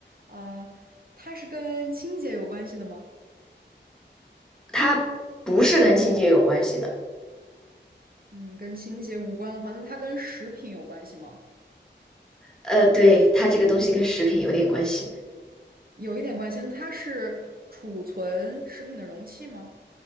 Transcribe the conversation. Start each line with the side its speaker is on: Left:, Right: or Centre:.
Right: 呃，它是跟清洁有关系的吗？
Centre: 它不是跟清洁有关系的。
Right: 嗯，跟清洁无关的话，那它跟食品有关系吗？
Centre: 呃，对，它这个东西跟食品有点关系。
Right: 有一点关系。那它是储存食品的容器吗？